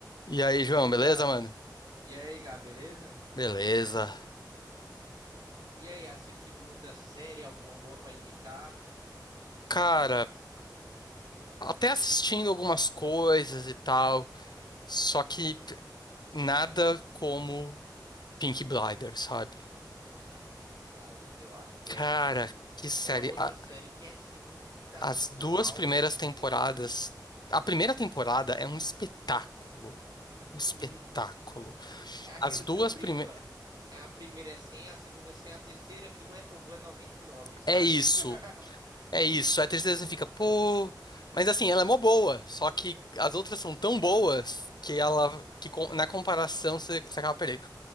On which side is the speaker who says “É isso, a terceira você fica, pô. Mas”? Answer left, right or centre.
Left